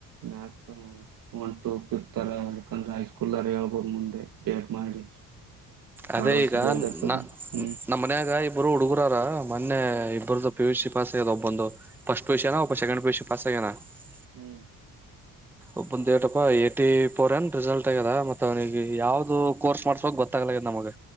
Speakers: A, on the right; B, in the centre.
A: ಮ್ಯಾಥ್ಸ್ ಒನ್ ಟು ಫಿಫತ್ ಅರ <unintelligible> ಅಕಂದ್ರೆ ಹೈಸ್ಕೂಲ್ ಅರ ಹೇಳ್ಬೋದು ಮುಂದೆ ಟ <unintelligible> ಮಾಡಿ
B: ಅದೇ
A: ಎರಡು ವರ್ಷ
B: ಈಗ
A: ಬಿ ಎಡ್ ಇರ್ತದ
B: ನ
A: ಹ್ಮ್
B: ನಮ್ಮ್ ಮನ್ಯಾಗ ಇಬ್ಬರು ಹುಡುಗರು ದಾರ ಮೊನ್ನೆ ಇಬ್ಬರ ಪಿ ಯು ಸಿ ಪಸ್ ಆ್ಯದ ಒಬ್ಬಂದು ಫಸ್ಟ್ ಪಿಯುಸಿ ಒಬ್ಬ second P U C pass Anna <unintelligible>
A: ಹ್ಮ್
B: ಒಬ್ಬಂದ ಏಟಪ್ಪಾ <unintelligible> ಏಟಿ ಫೋರ್ ಏನ್ ರಿಸಲ್ಟ್ ಆಗ್ಯದ ಮತ್ತ ಅವನಿಗೆ ಯಾವ್ದು ಕೋರ್ಸ್ ಮಾಡ್ಸ್ಬೇಕ್ ಗೊತ್ತಾಗ್ಲ ನಮಗ